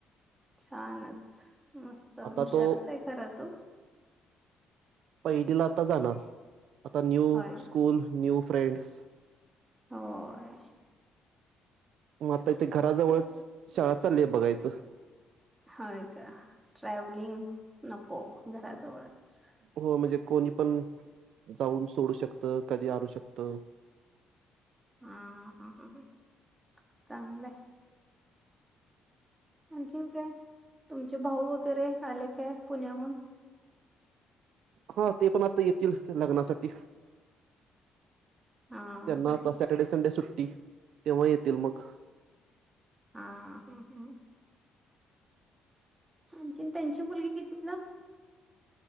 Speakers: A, on the right; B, on the right.
A: छानच मस्त
B: आता
A: हुशारच
B: तो
A: आहे खर तू
B: पहिलीला आता जाणार आता न्यू
A: होय
B: स्कूल न्यू फ्रेंड्स <inaudible>
A: होय
B: मग आता इथे घराजवळच शाळा चाललीय बघायचं
A: हाय का ट्रॅव्हलिंग नको घराजवळच
B: हो म्हणजे कोणी पण जाऊन सोडू शकत कधी आणू शकत.
A: हा हा ह चांगलंय आणखीन काय तुमचे भाऊ वगैरे आले काय पुण्याहून
B: हो ते पण आता येतील लग्नासाठी
A: हा हा
B: त्यांना आता सॅटर्डे संडे सुट ट्टी तेव्हा येतील मग
A: हा हूं हूं आणखीन त्यांची मुलगी कितवीला